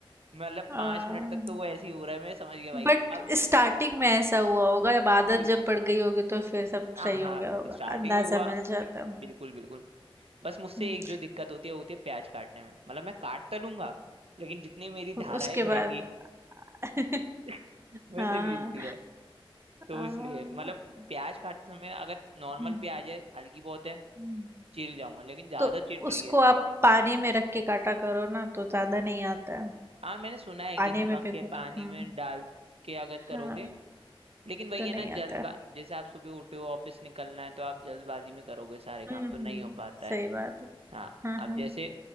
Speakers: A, on the right; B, on the right.
A: मतलब
B: अ,
A: पांच मिनट तक तो वो ऐसे ही हो रहा है मैं समझ गया भाई
B: बट
A: अब
B: स्टार्टिंग में ऐसा हुआ होगा जब आदत
A: बिल्कुल
B: जब पड़ गई होगी तो फिर सब
A: हाँ
B: सही
A: हाँ
B: हो गया होगा,
A: स्टार्टिंग
B: अंदाज़ा
A: में हुआ
B: मिल जाता है।
A: बिल्कुल बिल्कुल बस मुझसे
B: हुँ,
A: एक जो दिक्कत होती है वो होती है प्याज काटने में मतलब मैं काट तो लूंगा लेकिन जितनी मेरी
B: अब
A: धाराएं
B: उसके
A: बहेंगी
B: बाद <laughs>
A: <laughs> वैसे
B: हाँ,
A: नहीं जलती है तो
B: हाँ।
A: इसलिए मतलब
B: अ,
A: प्याज काटते समय अगर नॉर्मल
B: हुँ,
A: प्याज है हल्की बहुत है
B: हुँ।
A: चीर जाऊंगा लेकिन ज्यादा
B: तो
A: चीर पड़ी
B: उसको आप पानी में रख के काटा करो ना तो ज़्यादा नहीं आता है,
A: हाँ मैंने सुना है
B: पानी
A: कि नमक
B: में भिगो
A: के पानी
B: दो। हुँ।
A: में डाल के अगर करोगे
B: हाँ
A: लेकिन वही
B: तो
A: है
B: नहीं
A: ना जल्दबा
B: आता है।
A: जैसे आप सुबह उठे हो ऑफिस निकलना है तो आप जल्दबाजी में करोगे सारे काम
B: हम्म
A: तो नहीं
B: हम्म
A: हो पाता है
B: सही बात है
A: हाँ
B: हाँ
A: अब
B: हाँ
A: जैसे